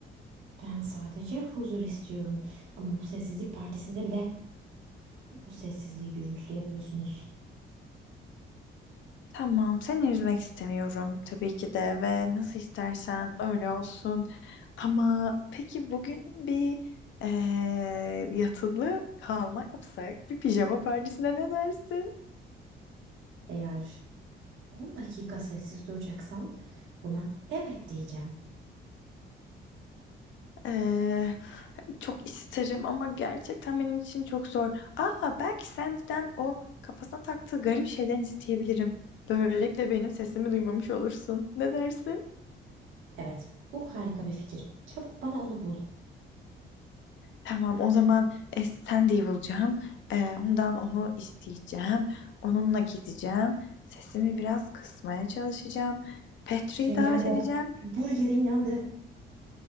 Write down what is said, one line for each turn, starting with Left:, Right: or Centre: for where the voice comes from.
Right: Ben sadece huzur istiyorum. Ama bu sessizlik partisinde bile bu sessizliği gürültülü yapıyorsunuz.
Left: Tamam seni üzmek istemiyorum tabii ki de ve nasıl istersen öyle olsun. Ama peki bugün bir e, yatılı kalma yapsak bir pijama partisine ne dersin?
Right: Eğer 10 dakika sessiz duracaksan buna evet diyeceğim.
Left: Ee, çok isterim ama gerçekten benim için çok zor. Aa belki Sandy'den o kafasına taktığı garip şeyden isteyebilirim. Böylelikle benim sesimi duymamış olursun. Ne dersin?
Right: Evet, bu harika bir fikir. Çabuk bana onu bul.
Left: Tamam o zaman e, Sandy'yi bulacağım. Ee, ondan onu isteyeceğim. Onunla gideceğim. Sesimi biraz kısmaya çalışacağım. Petri'yi
Right: Sünger
Left: davet
Right: Bob,
Left: edeceğim.
Right: burgerin yandı.